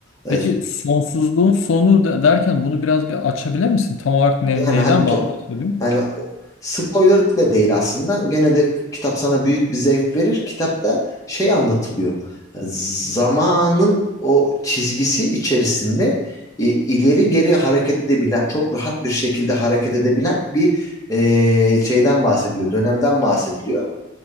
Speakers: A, on the left; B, on the left.
A: E,
B: Peki sonsuzluğun sonu de- derken bunu biraz bir açabilir misin? Tam olarak ne,
A: Yani
B: neyden
A: hani to
B: bahsediyorsun?
A: yani o- spoiler da değil aslında. Gene de kitap sana büyük bir zevk verir. Kitapta şey anlatılıyor. Zamanın o çizgisi içerisinde e, ileri geri hareket edebilen, çok rahat bir şekilde hareket edebilen bir e, şeyden bahsediyor, dönemden bahsediliyor.